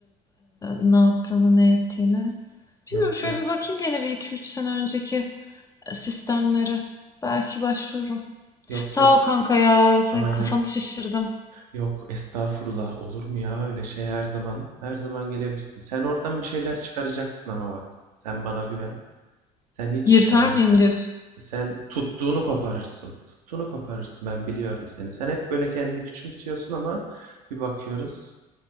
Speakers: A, on the left; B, on the right.
A: ne yaptığını, ne ettiğini.
B: Yok
A: Bilmiyorum şöyle
B: yok.
A: bir bakayım gene bir iki üç sene önceki sistemlere. Belki başvururum.
B: Yok
A: Sağ
B: yok.
A: ol kanka ya. Sen
B: Aynen.
A: kafanı şişirdim.
B: Yok estağfurullah olur mu ya öyle şey her zaman her zaman gelebilirsin. Sen oradan bir şeyler çıkaracaksın ama bak sen bana güven. Sen hiç
A: Yırtar
B: e,
A: mıyım diyorsun?
B: sen tuttuğunu koparırsın. Tuttuğunu koparırsın ben biliyorum seni. Sen hep böyle kendini küçümsüyorsun ama bir bakıyoruz